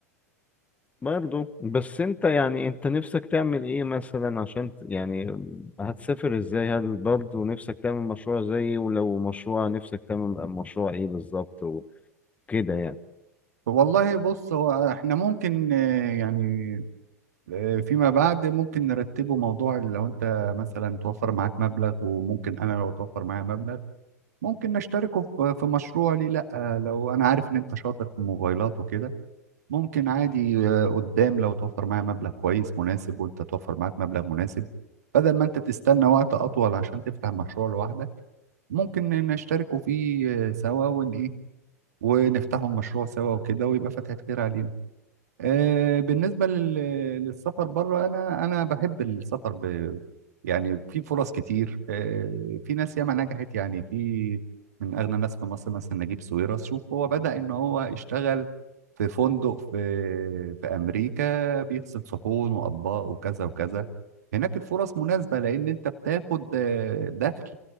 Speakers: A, on the left; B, on the right.
A: برضه بس انت يعني انت نفسك تعمل ايه مثلا عشان ت- يعني هتسافر ازاي هل برضه نفسك تعمل مشروع زيي ولو مشروع نفسك تعمل مشروع ايه بالظبط وكده يعني
B: والله بص هو احنا ممكن آه، يعني آه، فيما بعد ممكن نرتبه موضوع لو انت مثلا توفر معاك مبلغ وممكن انا لو توفر معايا مبلغ ممكن نشتركه في في مشروع ليه لا آه، لو انا عارف ان انت شاطر في الموبايلات وكده ممكن عادي آه، قدام لو توفر معايا مبلغ كويس مناسب وانت توفر معاك مبلغ مناسب بدل ما انت تستنى وقت اطول عشان تفتح مشروع لوحدك ممكن نشتركوا فيه آه، سوا ون ايه ونفتحوا المشروع سوا وكده ويبقى فتحة خير علينا آه، بالنسبة لل- للسفر بره أنا أنا بحب السفر ب... يعني في فرص كتير آه، في ناس ياما نجحت يعني في من أغنى ناس في مصر مثلا نجيب ساويرس شوف هو بدأ إن هو اشتغل في فندق في في أمريكا بيغسل صحون وأطباق وكذا وكذا هناك الفرص مناسبة لأن أنت بتاخد آه، دخل